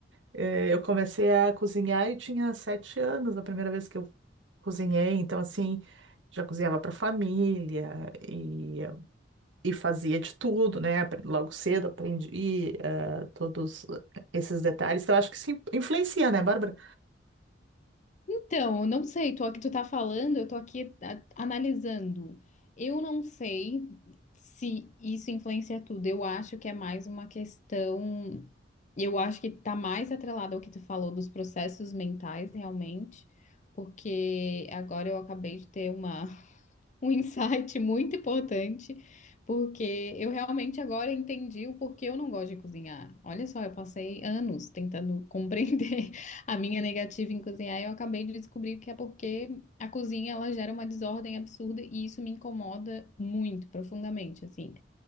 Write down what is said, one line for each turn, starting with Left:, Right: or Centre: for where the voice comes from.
Right: Eh, Eu comecei a cozinhar e tinha sete anos, a primeira vez que eu cozinhei, então assim, já cozinhava para família e, e fazia de tudo, né? Apre- Logo cedo aprendi eh, todos esses detalhes. Então acho que isso in- influencia, né, Bárbara?
Left: Então, eu não sei, tô aqui, tu tá falando, eu tô aqui a- analisando. Eu não sei se isso influencia tudo. Eu acho que é mais uma questão. Eu acho que tá mais atrelado ao que tu falou dos processos mentais, realmente, porque agora eu acabei de ter uma um insight <laughs> muito importante, porque eu realmente agora entendi o porquê eu não gosto de cozinhar. Olha só, eu passei anos tentando compreender <laughs> a minha negativa em cozinhar e eu acabei de descobrir que é porque a cozinha ela gera uma desordem absurda e isso me incomoda muito, profundamente, assim.